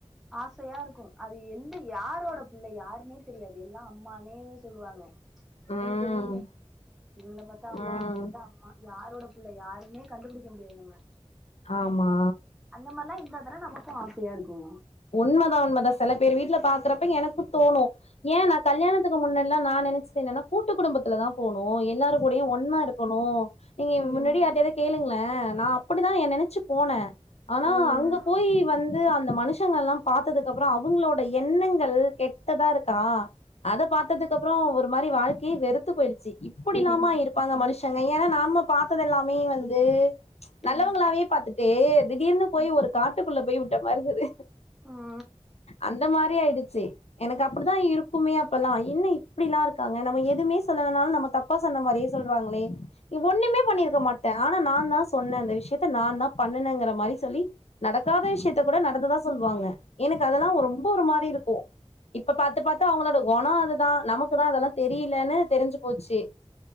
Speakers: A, in the centre; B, on the left (about 75°).
A: ஆசையா இருக்கு அது எந்த யாரோட புள்ள யாருன்னே தெரியாது எல்லாஅம்மேனே சொல்லுவாங்க
B: ம்
A: மூணு பேரையுமே இவங்கள பாத்தா அம்மா
B: ம்
A: அவங்கள பாத்தா அம்மா யாரோட பிள்ள யாருமே கண்டுபிடிக்க முடியாது நம்ம
B: ஆமா
A: அந்த மாரிலா இருந்தா தானே நமக்கு ஆசையா இருக்கு
B: உண்மதா உண்மைதா சில பேர் வீட்டுல பாக்குறப்ப எனக்கு தோணு ஏ நா கல்யாணத்துக்கு முன்னாடி எல்லா நா நினைச்சது என்னன்னா கூட்டு குடும்பத்துல தா போனு எல்லாரு கூடயு ஒன்னா இருக்கணு நீங்க
A: ம்
B: முன்னாடி யாருட்டயாவ்து கேளுங்ளே நா அப்டி தா ஏ நெனைச்சு போனே ஆனா
A: ம்
B: அங்க போய் வந்து அந்த மனுஷ் ஷங்கள்லா பாத்ததுக்கப்பறோ அவுங்களோட எண்ணங்கள் கெட்டதா இருக்கா அத பாத்ததுக்கப்றோ ஒரு மாரி வாழ்க்கையே வெறுத்து போயிடுச்சு இப்புடிலாமா
A: ம்
B: இருப்பாங்க மனுஷங்க ஏனா நம்ம பாத்ததெல்லாமே வந்து நல்லவங்களாவே
A: ம்
B: பாத்துட்டு திடீர்னு
A: ம்
B: போயி ஒரு காட்டுக்குள்ள போயி விட்ட மார்ருக்குது
A: ஆமா
B: அந்த மாரி ஆயிடுச்சு எனக்கு அப்டித்தா இருக்குமே அப்பலா என்ன இப்டிலா இருக்காங்க நம்ம எதுமே சொல்லலனாலு நம்ம தப் ப்பா சொன்ன மாரியே சொல்றாங்களே ஏ ஓன்னுமே பண்ணிருக்க மாட்டே ஆனா நாந்தா சொன்னே அந்த விஷ்யத்த நாந்தா பண்ணுனேங்கிற மாரி சொல்லி நடக்காத விஷ்யத்தக் கூட நடந்ததா சொல்லுவாங்க எனக்கு அதெல்லா ஒ ரொம்ப ஒரு மாரி இருக்கு இப்ப பாத்து பாத்து அவ்ங்களோட கொண அதுதா நமக்கு தா அதெல்லா தெரியலன்னு தெரிஞ்சு போச்சு